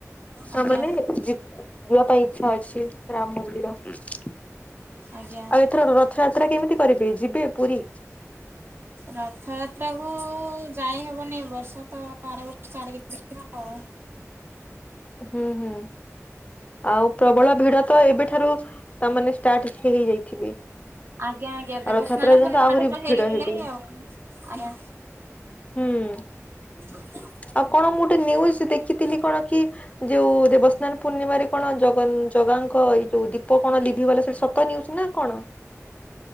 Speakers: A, on the right; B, on the left.
A: ଆଜ୍ଞା।
B: ତା ମାନେ ଯିବା ପାଇଁ ଇଛା ଅଛି ରାମ ମନ୍ଦିର। ଆଉ
A: ଆଜ୍ଞା
B: ଏଥର ରଥଯାତ୍ରା କେମିତି କରିବେ ଯିବେ ପୁରୀ?
A: ରଥଯାତ୍ରାକୁୁ ଯାଇ ହବନି ବର୍ଷ ତ ବର୍ଷ ବର୍ଷକୁ ଆଉ।
B: ହୁଁ ହୁଁ। ଆଉ ପ୍ରବଳ ଭିଡ ତ ଏବେଠାରୁ ତାମାନେେ ଷ୍ଟାର୍ଟ ହେଇଯାଇଥିବେ।
A: ଆଜ୍ଞା ଆଜ୍ଞା ଦେବ
B: ଆଉ ରଥଯାତ୍ରା
A: ସ୍ନାନ
B: ପର୍ଯ୍ୟନ୍ତ
A: ପୂର୍ଣ୍ଣିମା
B: ଆହୁରି
A: ଠୁ ତ ହେଇଗଲେ
B: ଭିଡ ହେବେ
A: ଆଉ ଆଜ୍ଞା।
B: ହୁଁ
A: <unintelligible>
B: ଆଉ କଣ ମୁଁ ଗୋଟେ ନ୍ୟୁଜ ଦେଖିଥିଲି କଣ କି? ଯୋଉ ଦେବସ୍ନାନ ପୂର୍ଣ୍ଣିମାରେ କଣ ଜ ଜଗାଙ୍କ ଏଇ ଯୋଉ ଦୀପ କଣ ଲିଭିିଗଲା ସେଇଟା କଣ ସତ? ସତ ନ୍ୟୁଜନା କଣ?